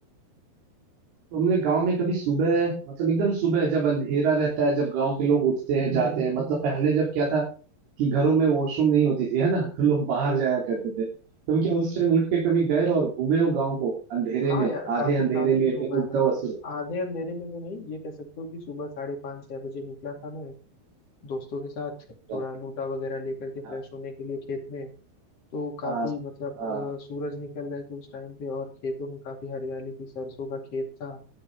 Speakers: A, on the right; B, on the left.
A: तुमने गांव में कभी सुबह मतलब एकदम सुबह जब अंधेरा रहता है जब गांव के लोग उठते हैं जाते हैं मतलब पहले जब क्या था कि घरों में वॉशरूम नहीं होती थी है ना तो लोग बाहर जाया करते थे तुम क्या उस टाइम उठ के कभी गए और घूमे हो गांव को अंधेरे
B: हाँ
A: में
B: यार
A: आधे
B: काफी
A: अंधेरे
B: काफी
A: में
B: घूमा
A: उड़ता
B: है मैंने
A: हुआ सूरज
B: आधे अंधेरे में तो नहीं ये कह सकते हो कि सुबह साढ़े पाँच छह बजे निकला था मैं दोस्तों के साथ
A: का?
B: थोड़ा लूटा वगैरह लेकर के फ्रेश
A: हाँ
B: होने के लिए खेत में तो काफी
A: हाँ
B: मतलब
A: हाँ,
B: अ, सूरज निकल रहे थे उस टाइम पे और खेतों में काफी हरियाली थी सरसों का खेत था